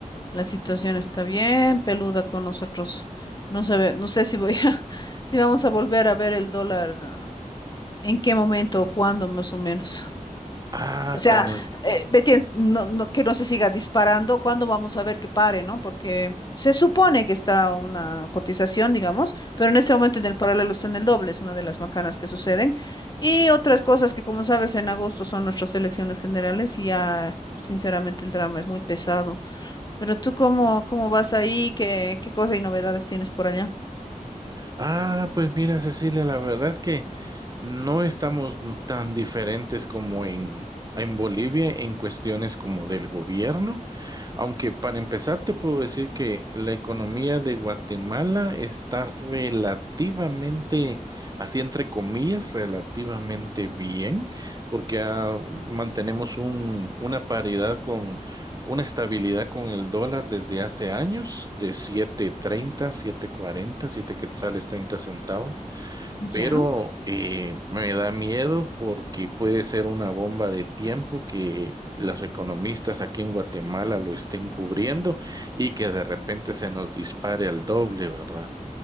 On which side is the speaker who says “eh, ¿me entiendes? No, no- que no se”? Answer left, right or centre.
Left